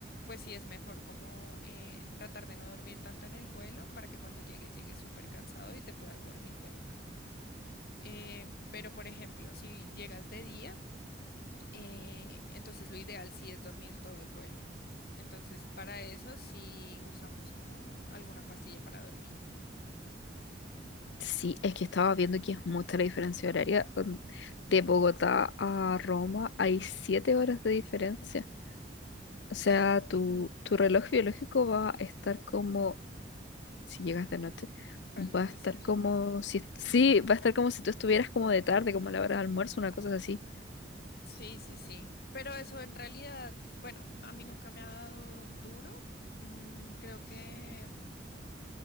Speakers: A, on the left; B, on the left.
A: pues sí es mejor como eh, tratar de no dormir tanto en el vuelo para que cuando llegues llegues súper cansado y te puedas dormir de una. Eh, pero por ejemplo, si llegas de día, eh, entonces lo ideal sí es dormir todo el vuelo. Entonces, para eso sí usamos como alguna pastilla para dormir.
B: Sí, es que estaba viendo que es mucha la diferencia horaria. mm, De Bogotá a Roma hay siete horas de diferencia.
A: Ujú.
B: O
A: Sí,
B: sea, tu, tu reloj biológico va a estar como, si llegas de noche,
A: para
B: va
A: enloquecer.
B: a estar como si, sí, va a estar como si tú estuvieras como de tarde, como a la hora de almuerzo, una cosa así.
A: Sí, sí, sí. Pero eso en realidad, bueno, a mí nunca me ha dado duro. Mm, creo que, mm,